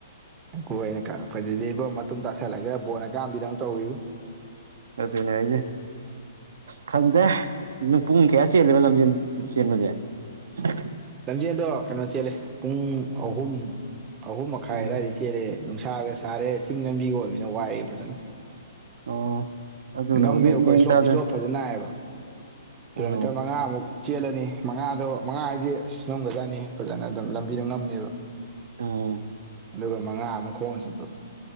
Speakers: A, on the right; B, on the right.
A: ꯑꯩꯈꯣꯏꯅ ꯀꯪꯉꯪꯛꯄꯖꯤꯕꯣ ꯃꯇꯨꯡ ꯇꯥꯁꯜꯂꯒ ꯕꯣꯟ ꯑꯀꯥꯝꯕꯤꯗꯧ ꯇꯧꯋꯤꯕꯨ
B: ꯅꯠꯇꯦꯅꯦ ꯑꯩꯗꯤ ꯈꯪꯗꯦ ꯑꯗꯨ ꯄꯨꯡ ꯀꯌꯥ ꯆꯦꯜꯂꯦꯕ ꯂꯝꯖꯦꯟ ꯆꯦꯟꯕꯗꯤ <unintelligible>
A: ꯂꯝꯖꯦꯜꯗꯣ ꯀꯩꯅꯣ ꯆꯦꯜꯂꯦ ꯄꯨꯡ ꯑꯍꯨꯝ ꯑꯍꯨꯝ ꯃꯈꯥꯏ
B: ꯎꯝ
A: ꯑꯗꯥꯏꯗꯩ ꯆꯦ ꯆꯦꯜꯂꯑꯦ ꯅꯨꯡꯁꯥꯒ ꯁꯥꯔꯦ ꯆꯤꯡ ꯂꯝꯕꯤꯒ ꯑꯣꯏꯕꯅꯤꯅ ꯋꯥꯏꯌꯦ ꯐꯖꯅ
B: ꯑꯣ ꯑꯗꯨꯅ
A: ꯉꯝꯃꯦꯕꯀꯣ
B: ꯍꯧꯖꯤꯛ ꯃꯦꯟ
A: ꯏꯁꯣꯞ
B: ꯇꯥꯗꯣꯏꯅꯤ
A: ꯏꯁ꯭ꯂꯣꯞ ꯐꯖꯅ ꯅꯥꯏꯌꯦꯕ ꯀꯤꯂꯣꯃꯤꯇꯔ
B: ꯎꯝ
A: ꯃꯉꯥꯃꯨꯛ ꯆꯦꯜꯂꯅꯤ ꯃꯉꯥꯗꯣ ꯃꯉꯥ ꯍꯥꯏꯁꯦ ꯅꯝꯒꯖꯥꯠꯅꯤ ꯐꯖꯅ ꯑꯗꯨꯝ ꯂꯝꯕꯤꯗꯣ ꯉꯝꯃꯦꯕ
B: ꯑꯣ
A: ꯑꯗꯨꯒ ꯃꯉꯥ ꯑꯃꯅ ꯈꯣꯡꯅ ꯆꯠꯄ